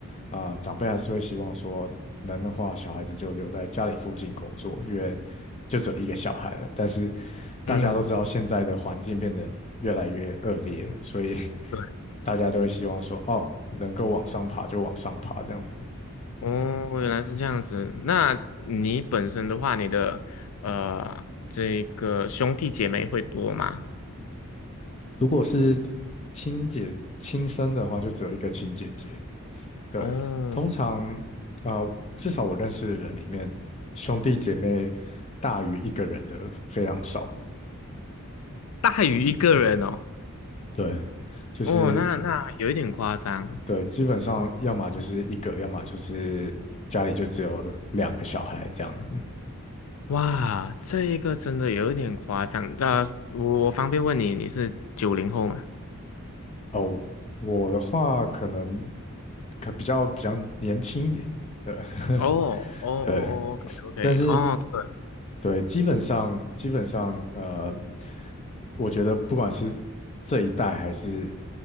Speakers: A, on the left; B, on the left.
A: 啊、长辈还是会希望说能的话，小孩子就留在家里附近工作，因为就只有一个小孩了，但是。大家都知道现在的环境变得越来越恶劣，
B: 嗯，
A: 所以 <laughs>
B: 对。
A: 大家都会希望说，哦，能够往上爬就往上爬这样子。
B: 哦，原来是这样子。那你本身的话，你的呃这个兄弟姐妹会多吗？
A: 如果是亲姐亲生的话，就只有一个亲姐姐。对，
B: 哦，
A: 通常啊、呃至少我认识的人里面，兄弟姐妹大于一个人的非常少。
B: 大于一个人哦。
A: 对，就是
B: 哦，那那有一点夸张。
A: 对，基本上要么就是一个，要么就是家里就只有两个小孩这样子。
B: 哇，这一个真的有一点夸张。那、我我方便问你，你是九零后吗？
A: 哦，我的话可能可比较比较年轻一点，对，<laughs>
B: 哦哦哦哦，OK
A: 对，
B: OK，
A: 但是
B: 哦对，
A: 对，基本上基本上呃，我觉得不管是这一代还是